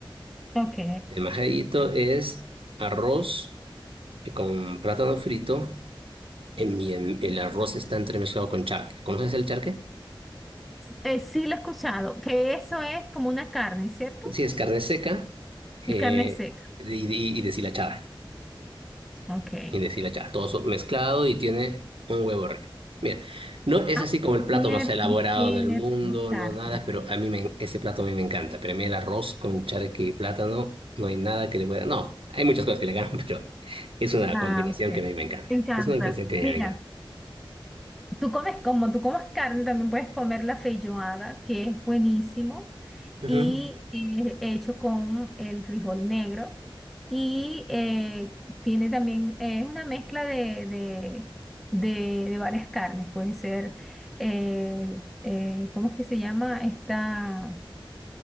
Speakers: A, in the centre; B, on the right (about 85°).
A: Ok.
B: El majaíto es arroz con plátano frito. En, y en- el arroz está entremezclado con charque. ¿Conoces el charque?
A: Eh, sí, lo he escuchado, que eso es como una carne, ¿cierto?
B: Sí, es carne seca eh,
A: Es carne seca.
B: y, y, y deshilachada.
A: Ok.
B: y decirle, ya, todo so- mezclado y tiene un huevo arriba. Mira, no es
A: Ah,
B: así como el plato
A: cierto,
B: más elaborado
A: cierto,
B: del mundo,
A: carne.
B: no nada, pero a mí me- ese plato a mí me encanta. Pero a mí el arroz con charque y plátano, no hay nada que le pueda... No, hay muchas cosas que le ganan, <laughs> pero es una
A: Ah,
B: combinación
A: ok. Me
B: que a mí me encanta.
A: encanta.
B: Es una combinación que a
A: Mira,
B: mí me encanta.
A: tú comes como, tú comes carne, también puedes comer la feijoada, que es buenísimo,
B: Ujú.
A: y eh, hecho con el frijol negro. Y eh, tiene también, eh, es una mezcla de, de, de- de varias carnes. Pueden ser, eh, eh, ¿cómo es que se llama esta?